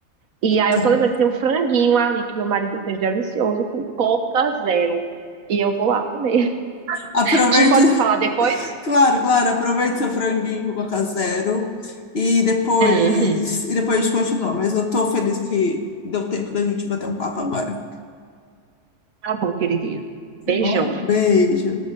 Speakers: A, on the right; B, on the left.
A: E aí
B: Tá.
A: eu tô lembrando que tem um franguinho ali que meu marido fez delicioso com Coca Zero. E eu vou lá comer.
B: Aproveite,
A: A gente pode
B: <laughs>
A: se falar depois?
B: claro, claro, aproveite seu franguinho com Coca Zero e depois,
A: Uhum.
B: e depois a gente continua. Mas eu tô feliz que deu tempo da gente bater um papo agora. Tá
A: Tá bom, queridinha. Beijão.
B: Bom, beijo.